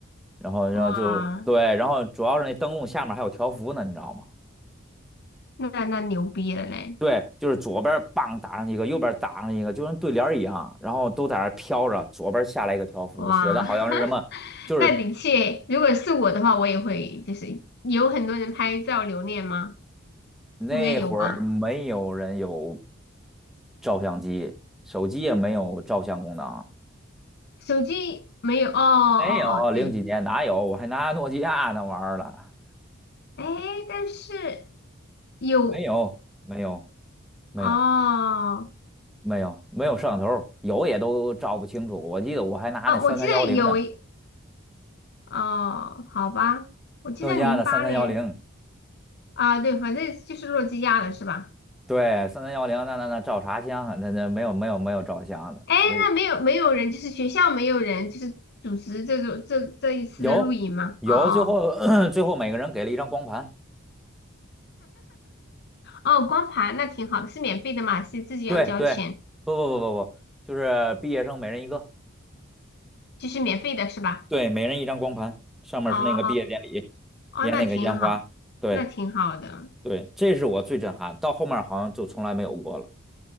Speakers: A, in the centre; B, on the left (about 55°).
A: 然后然后就对，
B: 哇，
A: 然后主要是那灯笼下面还有条幅呢，你知道吗？
B: 那那牛逼了嘞！
A: 对，就是左边儿棒打上一个，右边儿打上一个，就跟对联儿一样，然后都在那儿飘着。左边儿下来一个条幅，
B: 哇，
A: 写的好像是什么，
B: <laughs>
A: 就是
B: 那的确，如果是我的话，我也会，就是有很多人拍照留念吗？
A: 那会儿没有人有
B: 应该有吧。
A: 照相机，手机也没有照相功能，
B: 手机没有，哦哦哦，
A: 没有，零几年哪有？
B: 对，
A: 我还拿诺基亚那玩意儿了，
B: 哎，但是有，
A: 没有，没有，没有，
B: 哦
A: 没有，没有摄像头，有也都照不清楚。我记得我还拿那三三幺零呢，
B: 哦，我记得有一哦，好吧，我记得零八年
A: 诺基亚的三三幺零。
B: 啊，对，反正就是诺基亚的是吧？
A: 对，三三幺零，那那那照啥相啊？那那没有没有没有照相的，
B: 哎，
A: 所以
B: 那没有没有人，就是学校没有人，就是组织这种这这一次的录营吗？
A: 有有，
B: 哦哦。
A: 最后 <clears throat> 最后每个人给了一张光盘。
B: 哦，光盘那挺好的，是免费的嘛？是自己要交钱，
A: 对对，不不不不不，就是毕业生每人一个，
B: 就是免费的是吧？
A: 对，每人一张光盘，上面是那个毕业典礼，
B: 哦，哦，
A: 连那个烟花。
B: 那挺好，
A: 对
B: 那挺好的。
A: 对，这是我最震撼，到后面好像就从来没有过了。